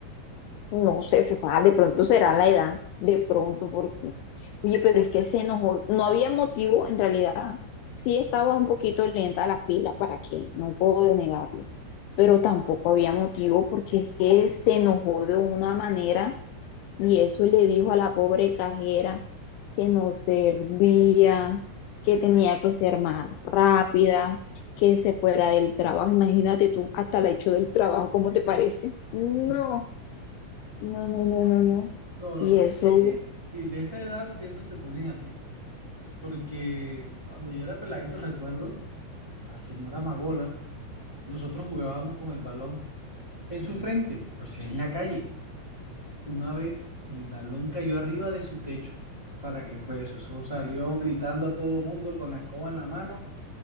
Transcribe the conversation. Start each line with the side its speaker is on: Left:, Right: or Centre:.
Left: No sé, se sabe, de pronto será la edad, de pronto, porque, oye, pero es que se enojó, no había motivo, en realidad, sí estaba un poquito lenta la fila, ¿para qué? No puedo negarlo, pero tampoco había motivo porque es que se enojó de una manera y eso le dijo a la pobre cajera que no servía, que tenía que ser más rápida, que se fuera del trabajo, imagínate tú, hasta la hecho del trabajo, ¿cómo te parece? No.
Centre: Mm.
Left: No, no, no, no, no.
Centre: No, no.
Left: Y eso,
Centre: Es que sí, de esa edad siempre se ponen así. Porque cuando yo era peladito, recuerdo, la señora Magola. Nosotros jugábamos con el balón en su frente, pues en la calle. Una vez el balón cayó arriba de su techo. ¿Para qué fue eso? Eso salió gritando a todo mundo con la escoba en la mano